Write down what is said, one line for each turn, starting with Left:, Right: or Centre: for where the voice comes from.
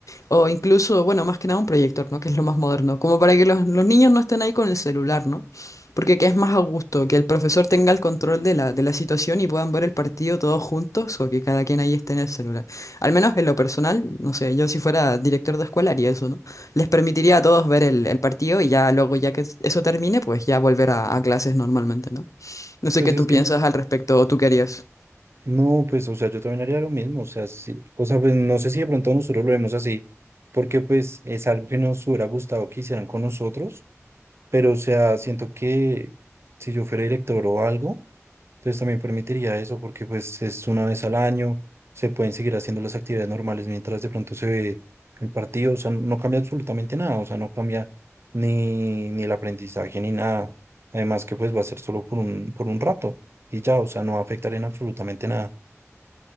Left: O incluso, bueno, más que nada un proyector, ¿no? Que es lo más moderno, como para que los, los niños no estén ahí con el celular, ¿no? Porque que es más a gusto, que el profesor tenga el control de la, de la situación y puedan ver el partido todos juntos o que cada quien ahí esté en el celular. Al menos en lo personal, no sé, yo si fuera director de escuela haría eso, ¿no? Les permitiría a todos ver el, el partido y ya luego, ya que eso termine, pues ya volver a, a clases normalmente, ¿no? No sé
Right: Pues
Left: qué tú
Right: es que
Left: piensas al respecto o tú querías
Right: No, pues, o sea, yo también haría lo mismo, o sea, sí, o sea, pues no sé si de pronto nosotros lo vemos así, porque pues es algo que nos hubiera gustado que hicieran con nosotros, pero o sea, siento que si yo fuera director o algo, pues también permitiría eso, porque pues es una vez al año, se pueden seguir haciendo las actividades normales mientras de pronto se ve el partido, o sea, no cambia absolutamente nada, o sea, no cambia ni, ni el aprendizaje ni nada, además que pues va a ser solo por un, por un rato y ya, o sea, no va a afectar en absolutamente nada.